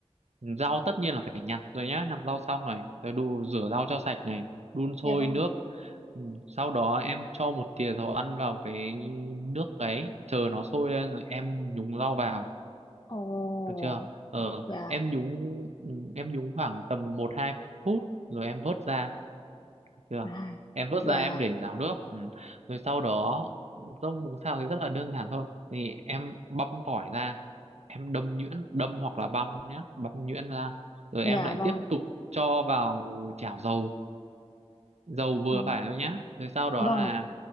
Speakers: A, on the right; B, on the left.
A: rau tất nhiên là phải nhặt rồi nhá nhặt rau xong này rồi đu rửa rau cho sạch này đun sôi
B: dạ vâng
A: nước ừ. sau đó em cho một thìa dầu ăn vào cái nước đấy chờ nó sôi lên rồi em nhúng rau vào
B: Ồ,
A: được chưa ờ
B: dạ,
A: em nhúng ừ, em nhúng khoảng tầm một hai phút rồi em vớt ra được chưa
B: à,
A: em vớt
B: dạ,
A: ra em để ráo nước ừ. rồi sau đó rau muống xào thì rất là đơn giản thôi thì em băm tỏi ra em đâm nhuyễn đâm hoặc là băm nhé băm nhuyễn ra rồi
B: dạ
A: em lại
B: vâng,
A: tiếp tục cho vào chảo dầu dầu vừa
B: Ờ,
A: phải thôi nhá rồi sau đó
B: vâng
A: là
B: ạ,